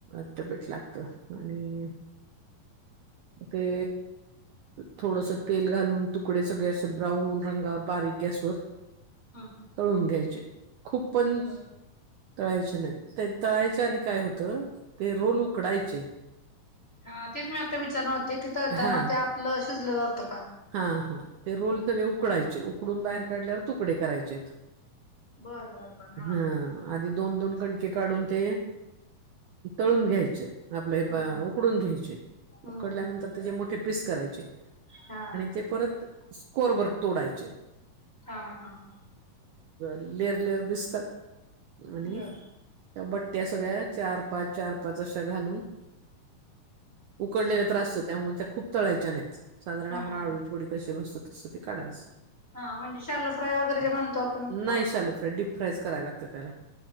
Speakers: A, on the right; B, on the left.
A: बेस्ट लागतं आणि ते थोडंसं तेल घालूंन तुकडे सगळें असे ब्राऊन रंगावर बारीक गॅस व
B: हम्म हम्म
A: तळूंन घ्यांयचे खूप पणं
B: बर
A: तळायचे नाहीं तळायच्यां आधी कायं होतं ते
B: हम्म
A: रोल उकडायचे
B: हा तेचं मी आता विचार न होते कितळतांना
A: हा
B: ते आपलं शिजलं जातं कां
A: हा हा ते रोल सगळें उकडायंचे ते उकडून बाहेर काढाचे मंग त्यांचे तूकडे करांयचे
B: बर बर बर हा
A: अ आणि दोन दोन कणंके काढून ते तळूंन घ्यायंचे आपले हे
B: हम्म
A: बां उकडून घ्यायंचे
B: हम्म
A: पकडल्यानंतर त्यांचे मोठें पीस करायचे
B: हा
A: आणि ते परत स्कोअरवर तोडांयंचे
B: हा हा हा
A: लेर लेर दिसतांत आणि
B: बर
A: त्या बट त्या सगळ्यां चार पांच चार पांच अशा घालूंन उकडलेल्या त्रासतं त्यामुळें त्यांमूळे खूप तळांयच्यां नाहीतं साधारण
B: हा
A: आपणं
B: हा
A: आळू थोडी कशी बसतं तसं ते काढायचं
B: हा म्हणजे शालू फ्राय वगैरे जे म्हणतो आपणं
A: नाही
B: थोडंसं
A: शालू फ्राय डीप फ्रायच करायला लागतं त्यांला